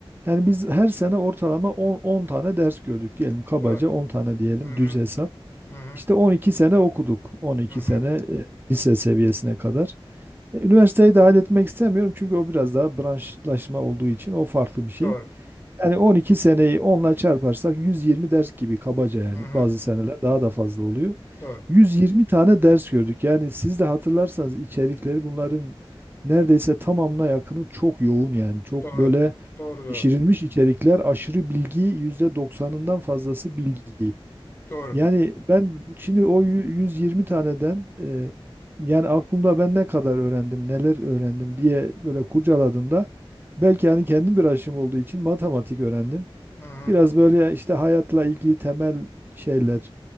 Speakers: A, on the right (about 20°); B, on the left (about 25°).
A: yani biz her sene ortalama 10, 10 tane ders gördük diyelim kabaca
B: Doğru.
A: 10 tane diyelim
B: Hı hı,
A: düz hesap.
B: hı hı,
A: İşte 12 sene okuduk. 12
B: hı hı,
A: sene e, lise seviyesine kadar. E, Üniversiteyi dahil etmek istemiyorum çünkü o biraz daha branşlaşma olduğu için o farklı bir şey.
B: doğru.
A: Yani 12 seneyi onla çarparsak 120 ders gibi kabaca yani
B: Hı hı,
A: bazı seneler daha da fazla oluyor.
B: doğru.
A: 120 tane ders gördük. Yani siz de hatırlarsanız içerikleri bunların neredeyse tamamına yakını çok yoğun yani. Çok
B: Doğru.
A: böyle
B: Doğru doğru.
A: pişirilmiş içerikler, aşırı bilgi, %90'ından fazlası bilgi.
B: Doğru.
A: Yani ben şimdi o yü- 120 taneden e, yani aklımda ben ne kadar öğrendim, neler öğrendim diye böyle kurcaladığımda belki hani kendim bir aşım olduğu için matematik öğrendim.
B: Hı hı,
A: Biraz böyle işte hayatla ilgili temel şeyler.